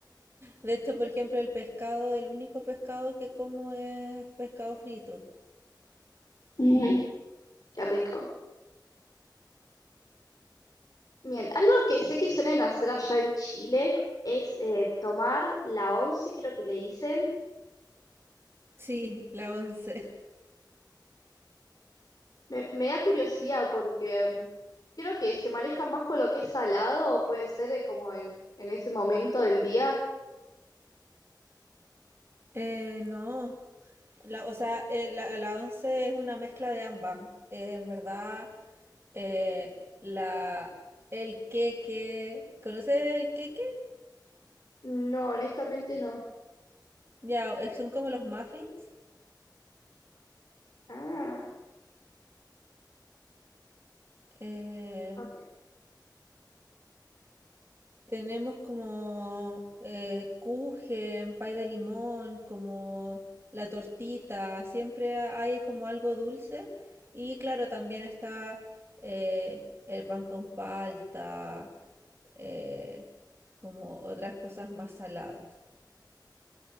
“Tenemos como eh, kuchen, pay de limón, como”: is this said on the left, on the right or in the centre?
Right